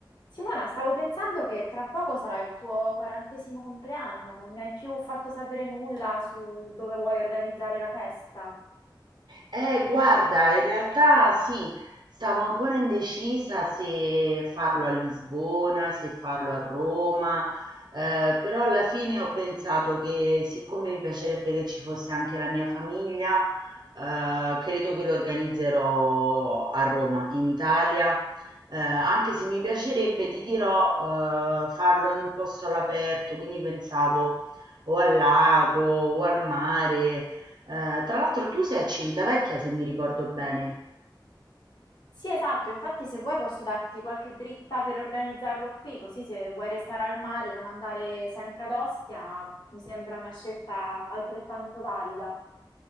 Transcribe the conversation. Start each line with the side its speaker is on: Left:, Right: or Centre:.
Left: Simona, stavo pensando che tra poco sarà il tuo quarantesimo compleanno, non mi hai più fatto sapere nulla su dove vuoi organizzare la festa.
Right: Eh, guarda, in realtà sì, stavo ancora indecisa se farlo a Lisbona, se farlo a Roma, eh, però alla fine ho pensato che siccome mi piacerebbe che ci fosse anche la mia famiglia, eh, credo che lo organizzerò a Roma, in Italia, eh, anche se mi piacerebbe, ti dirò, eh, farlo in un posto all'aperto, quindi pensavo o al lago o al mare. Eh, tra l'altro tu sei a Civitavecchia, se mi ricordo bene.
Left: Sì, esatto, infatti se vuoi posso darti qualche dritta per organizzarlo qui, così se vuoi restare al mare e non andare sempre ad Ostia, mi sembra una scelta altrettanto valida.